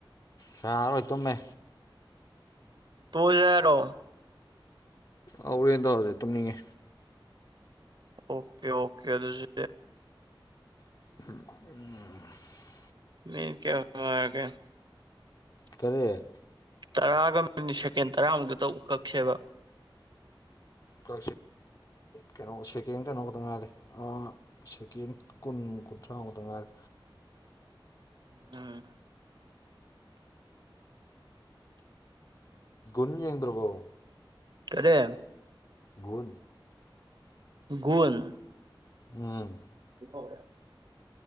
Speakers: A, on the left (about 45°); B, on the right (about 60°).
A: ꯁꯥꯔꯣꯏ ꯇꯨꯝꯃꯦ
B: ꯇꯨ ꯌꯥꯔꯣ
A: ꯍꯔꯦꯟ ꯇꯧꯔꯖꯤꯦ ꯇꯨꯝꯅꯤꯡꯉꯤ
B: ꯑꯣꯀꯦ ꯑꯣꯀꯦ ꯑꯗꯨꯁꯨ
A: ꯎ
B: ꯂꯩ ꯀꯌꯥꯒ
A: ꯇꯔꯦꯠ
B: ꯇꯔꯥꯒ ꯃꯤꯅꯤꯠ ꯁꯦꯀꯦꯟ ꯇꯔꯥꯃꯨꯛꯇ ꯇ ꯎ ꯀꯛꯁꯦꯕ <unintelligible> <inaudible>
A: ꯀ ꯀ ꯀꯩꯅꯣ ꯁꯦꯀꯦꯟ ꯀꯩꯅꯣꯗꯉꯔꯦ ꯁꯦꯀꯦꯟ ꯀꯨꯟ ꯀ ꯇꯉꯔ
B: ꯎꯝ
A: ꯟꯅ ꯌꯦꯡꯗꯔꯕꯣ
B: ꯀꯔꯦ
A: ꯟ
B: ꯨꯟ <unintelligible>
A: ꯎꯝ
B: ꯍꯣꯏ